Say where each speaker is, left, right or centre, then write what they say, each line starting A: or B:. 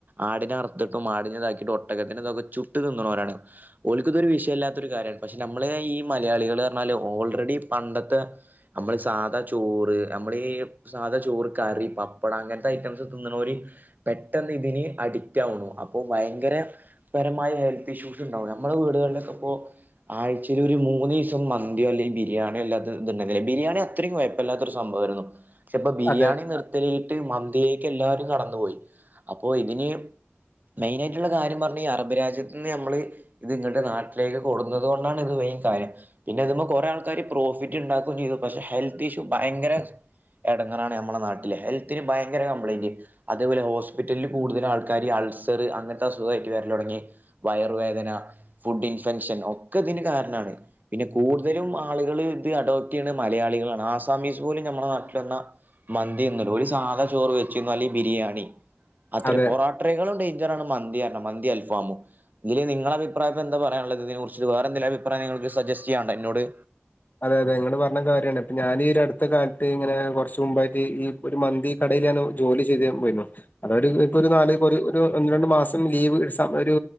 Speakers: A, on the right; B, on the left.
A: ആടിനെ അർത്ത്ട്ടും ആടിനെ ഇതാക്കിട്ടും ഒട്ടക്കത്തിന്റെ ഇതൊക്കെ ചുട്ട് തിന്ന്ണോരാണ് ഓൽക്ക് ഇതാെരു വിഷയെല്ലാത്തൊരു കാര്യാണ് പക്ഷെ നമ്മള് ഈ മലയാളികള് പർണാല് ഓൾറെഡി ഇപണ്ടത്തെ അമ്മള് സാദാ ചോറ് അമ്മളീ സാദാചോറ് കറി പപ്പടം അങ്ങൻത്തെ ഐറ്റംസ് തിന്ന്ണോര് പെട്ടെന്ന് ഇതിന് അഡിക്റ്റ് ആവുണു അപ്പൊ ഭയങ്കര പരമായ ഹെൽത്ത് ഇഷ്യൂസ് ഇണ്ടാവും നമ്മളെ വീട്കളിലൊക്കെ ഇപ്പൊ ആഴ്ചയില് ഒരു മൂന്നീസം മന്തിയോ അല്ലെങ്കി ബിരിയാണിയോ അല്ലാത്ത ഇതാേ ഇണ്ടെങ്കില് ബിരിയാണിയൊ ഇത്രിം കൊയപ്പല്ലാത്ത ഒരു സംഭവേര്ന്നു പക്ഷെ ഇപ്പൊ ബിരിയാണി
B: അതെ
A: നിർത്തീട്ട് മന്തിയിലേക്ക് എല്ലാരും കടന്നു പോയി അപ്പൊ ഇതിന് <inaudible> മെയ്നായിട്ട്ള്ള കാര്യം പർണ ഈ അറബ് രാജ്യത്ത്ന്ന് ഞമ്മള് ഇത് ഇങ്ങട്ട് നാട്ടിലേക്ക് കൊട്ന്നത് കൊണ്ടാണ് ഇത് വെയിൻ കാര്യം പിന്നെ ഇത്‌മ്മെ കൊറെ ആൾക്കാര് പ്രോഫിറ്റ് ഇണ്ടാക്കും ചെയ്തു പക്ഷെ ഹെൽത്ത് ഇഷ്യൂ ഭയങ്കര എടങ്ങറാണ് ഞമ്മളെ നാട്ടില് ഹെൽത്തിന് ഭയങ്കര കംപ്ലൈന്റ് അതെപോലെ ഹോസ്പിറ്റൽല് കൂട്തല് ആൾ ക്കാര് അൾസറ് അങ്ങൻത്തെ അസുഗായിറ്റ് വെര്ലാെടങ്ങി വയറ് വേദന ഫുഡ്ഢ് ഇൻഫെക്ഷൻ ഒക്കെ ഇതിന് കാരണാണ് പിന്നെ കൂട്തലും ആള്കള് ഇത് അഡോപ്റ്റ് ചെയ്യ്ണത് മലയാളികളാണ് ആസാമീസ് പോലും ഞമ്മളെ നാട്ടില് വന്നാ മന്തി തിന്നൂല ഒര് സാധനം ചോറ് വെച്ച് തിന്നും അല്ലെങ്കി ബിരിയാണി അത്രെ
B: അതെ
A: പൊറാട്ട ട്രൈകളും ഡെയ്ഞ്ചറാണ് മന്തിപർണത് മന്തിംഅൽഫാമും ഇതില് നിങ്ങളെ അഭിപ്രായം ഇപ്പൊ എന്താ പറയാന്ള്ളത് ഇതിനെ കുറി ച്ച് വേറെ വേറെന്തേലും അഭിപ്രായം നിങ്ങക്ക് സജസ്റ്റ് ചെയ്യാനുണ്ടോ എന്നോട്
B: അതെ അതെ ഇങ്ങള് പർണത് കാര്യാണ് ഇപ്പൊ ഞാനീ ഒര അട്ത്ത കാലത്ത് ഇങ്ങനെ കുറച്ച് മുമ്പായിട്ട് ഈ ഒരു മന്തി കടയില് ഞാനു ജോലി ചെയ്യാൻ പോയിരുന്നു അതൊര് ഇക്കൊര് നാല് ഇപ്പെരു ഒരു ഒന്ന് രണ്ടു മാസം ലീവ് <unintelligible> ഒരു